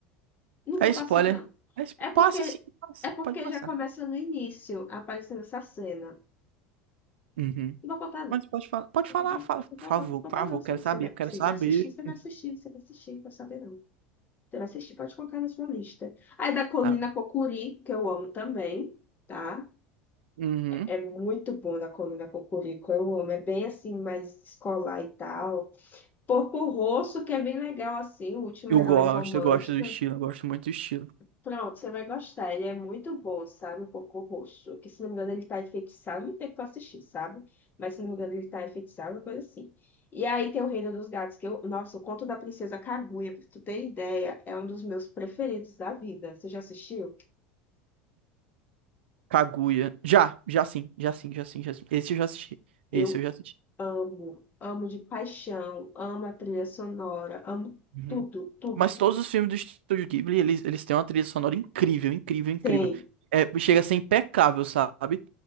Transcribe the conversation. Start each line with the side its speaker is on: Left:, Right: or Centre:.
Left: não
Right: É
Left: vou
Right: spoiler.
Left: passar, não.
Right: É spo-
Left: É porque,
Right: Passe sim, passe.
Left: é porque
Right: Pode passar.
Left: já começa no início aparecendo essa cena.
Right: Uhum.
Left: Não vou contar, não.
Right: Mas pode falar. Pode falar,
Left: Não
Right: fala.
Left: vou contar,
Right: Por favor,
Left: não. Não vou contar,
Right: por favor,
Left: não. Você,
Right: quero
Left: você
Right: saber,
Left: vai,
Right: eu quero
Left: você
Right: saber.
Left: vai assistir, você vai assistir, você vai assistir, não vou saber, não. Você vai assistir, pode colocar na sua lista. Aí da Colina
Right: Tá.
Left: Cocuri, que eu amo também, tá?
Right: Uhum.
Left: É muito bom da Colina Cocorico, eu amo. É bem assim, mais escolar e tal. Porco Rosso, que é bem legal, assim, o último
Right: Eu
Left: herói
Right: gosto,
Left: romântico.
Right: eu gosto do estilo, eu gosto muito do estilo.
Left: Pronto, você vai gostar. Ele é muito bom, sabe? O Porco Rosso. Que se não me engano, ele tá enfeitiçado. Muito tempo que eu assisti, sabe? Mas se não me engano, ele tá enfeitiçado, uma coisa assim. E aí tem o Reino dos Gatos, que eu. Nossa, o Conto da Princesa Kaguya, pra tu ter ideia, é um dos meus preferidos da vida. Você já assistiu?
Right: Kaguya. Já, já sim, já sim, já sim, já sim. Esse eu já assisti. Esse
Left: Eu
Right: eu já assisti.
Left: amo, amo de paixão, amo a trilha sonora, amo
Right: Uhum.
Left: tudo, tudo,
Right: Mas
Left: tudo.
Right: todos os filmes do Estúdio Ghibli, eles, eles têm uma trilha sonora incrível, incrível, incrível.
Left: Tem.
Right: É, chega a ser impecável, sabe?